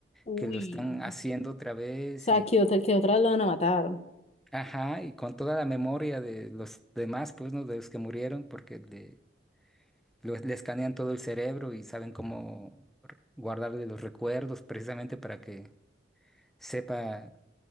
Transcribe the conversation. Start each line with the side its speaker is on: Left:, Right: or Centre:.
Left: uy
Centre: que lo están haciendo
Left: O
Centre: otra vez
Left: sea,
Centre: y
Left: que otra, que otras lo van a matar.
Centre: ajá, y con toda la memoria de los demás, pues, ¿no? De los que murieron, porque le, lo- le escanean todo el cerebro y saben cómo r- guardarle los recuerdos precisamente para que sepa,